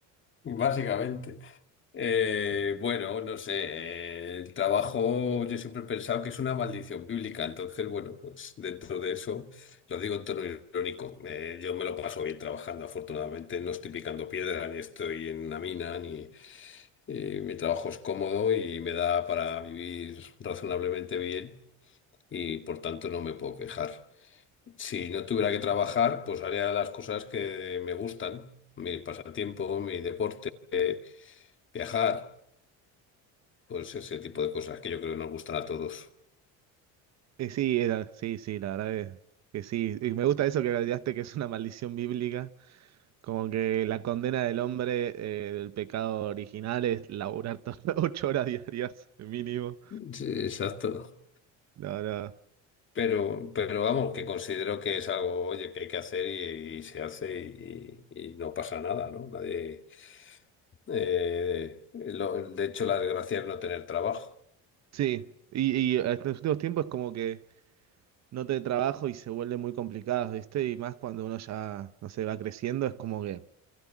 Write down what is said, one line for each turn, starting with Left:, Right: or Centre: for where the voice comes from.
Left: Básicamente. Eh, bueno, no sé, eh, el trabajo yo siempre he pensado que es una maldición bíblica, entonces bueno, pues dentro de eso lo digo en tono irónico. Eh, yo me lo paso bien trabajando, afortunadamente no estoy picando piedra, ni estoy en una mina, ni eh, mi trabajo es cómodo y me da para vivir razonablemente bien. y por tanto no me puedo quejar. Si no tuviera que trabajar, pues haría las cosas que me gustan, mi pasatiempo, mi deporte, eh, viajar, pues ese tipo de cosas que yo creo que nos gustan a todos.
Right: Eh, sí, era- sí, sí, la verdad es que sí. Y me gusta eso que agregaste que es una maldición bíblica, como que la condena del hombre, eh, del pecado original es laburar to- <laughs> ocho horas diarias mínimo.
Left: Sí, exacto.
Right: No, no.
Left: Pero, pero vamos, que considero que es algo, oye, que hay que hacer y, y se hace y, y no pasa nada, ¿no? Nadie, eh, lo- de hecho, la desgracia es no tener trabajo.
Right: Sí, y, y en los últimos tiempos es como que no te trabajo y se vuelve muy complicado, ¿viste? Y más cuando uno ya, no sé, va creciendo, es como que...